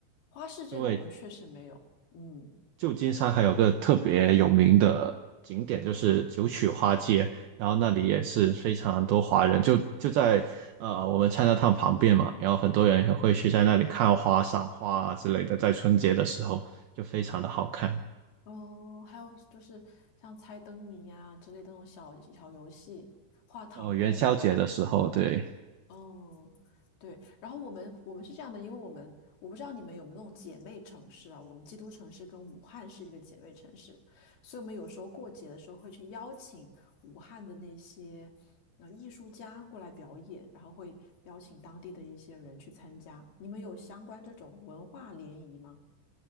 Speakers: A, on the left; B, on the right.
A: 花式这个我们确实没有。
B: 因为
A: 嗯，
B: 旧金山还有个特别有名的景点就是九曲花街，然后那里也是非常多华人，就就在呃我们 Chinatown 旁边嘛，然后很多人也会去在那里看花、赏花啊之类的，在春节的时候就非常的好看。
A: 哦，还有就是像猜灯谜啊之类的那种小小游戏，画糖人，
B: 哦，元宵节的时候，对，
A: 哦，对，然后我们我们是这样的，因为我们我不知道你们有没有那种姐妹城市啊，我们基督城市跟武汉是一个姐妹城市，所以我们有时候过节的时候会去邀请武汉的那些呃艺术家过来表演，然后会邀请当地的一些人去参加。你们有相关这种文化联谊吗？